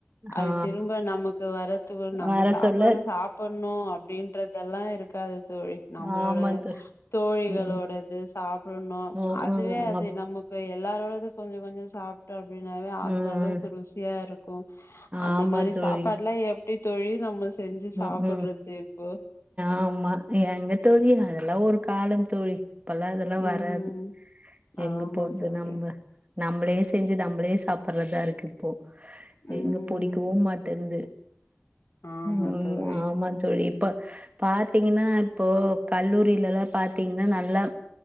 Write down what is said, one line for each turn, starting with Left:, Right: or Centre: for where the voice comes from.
Left: அது
Right: ஆ
Left: திரும்ப நமக்கு வரத்துகு நம்ம
Right: வர
Left: சாப்பாடு
Right: சொல்ல
Left: சாப் பன்னூ அப்டின்றதெல்லா இருக்காது தோழி நம்மளோட
Right: ஆமா தோ
Left: தோழிகளோடது
Right: ம்
Left: சாப்டணு
Right: ம் ம்
Left: அதுவே
Right: ம்,
Left: அது
Right: அப்
Left: நமக் கு எல்லாரோடது கொஞ்ச கொஞ்சோ சாப் ட அப்டின்னாவே அந்த
Right: ம்
Left: அளவுக்கு ருசியா இருக்கூ அந்த
Right: ஆமா
Left: மாரி
Right: தோழி
Left: சாப்பாட்லா எப் எப்டி தோழி நம்ம செஞ்சு சாப்பட்றது
Right: ம் ம்
Left: இப்போ
Right: ஆமா எங்க தோழி அதெல்லா ஒரு காலந் தோழி இப்பல்லா அதெல்லா
Left: ம்
Right: வராது எங்க
Left: ஆமா
Right: போர்து
Left: தோழி
Right: நம்ம நம்பளே செஞ்சு நம்பளே சாப்பட்றதா இருக்கு இப்போ
Left: ம்
Right: எங்க புடிக்கவு மாட்டேந்து
Left: ஆமா
Right: ம்
Left: தோழி
Right: ஆமா தோழி இப்ப பாத்தீங்கன்னா இப்போ கல்லூரிலலா பாத்தீங்கன்னா நல்லா